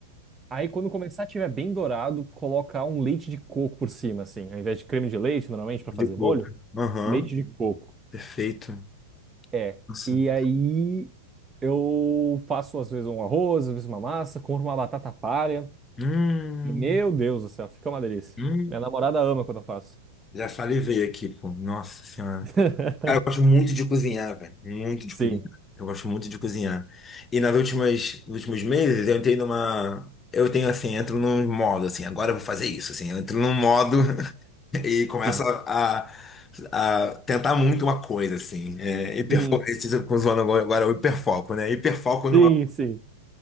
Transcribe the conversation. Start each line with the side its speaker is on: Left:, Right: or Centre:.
Right: Aí quando começar a tiver bem dourado, colocar um leite de coco por cima, assim. Ao invés de creme de leite, normalmente, pra
Left: De
Right: fazer
Left: coco.
Right: molho,
Left: Aham.
Right: leite de Uhum. coco.
Left: Perfeito.
Right: É.
Left: Nossa.
Right: E aí eu faço às vezes um arroz, às vezes uma massa, compro uma batata palha.
Left: Hum,
Right: E, meu Deus do céu, fica uma delícia.
Left: hum.
Right: Minha namorada ama quando eu faço.
Left: Já salivei aqui, pô. Nossa senhora.
Right: <laughs>
Left: Cara, eu gosto muito de cozinhar, velho. Muito
Right: Sim,
Left: de cozinhar. Eu gosto muito de cozinhar. E nas últimas, nos últimos meses eu entrei numa. Eu tenho assim, entro num modo, assim, agora eu vou fazer isso, assim, eu entro num modo <laughs> e começo
Right: sim.
Left: a, a tentar muito uma coisa, assim. É, hiperfoco,
Right: Uhum.
Left: com zoando agora agora o hiperfoco, né? Hiperfoco numa.
Right: Sim, sim,